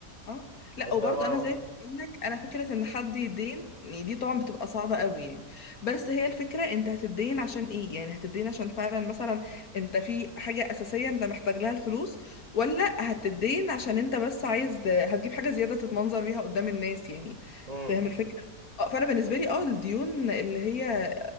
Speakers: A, on the left; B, on the right.
A: اه لا
B: انت
A: وبرضه
B: ما
A: انا زي ما بقول لك انا فكره ان حد يدين يعني دي طبعا بتبقى صعبه قوي يعني بس هي الفكره انت هتدين عشان ايه يعني هتدين عشان فعلا مثلا انت في حاجه اساسيه انت محتاج لها الفلوس ولا هتدين عشان انت بس عايز هتجيب حاجه زياده تتمنظر بيها قدام الناس يعني
B: امم
A: فاهم الفكره اه فانا بالنسبه لي اه الديون اللي هي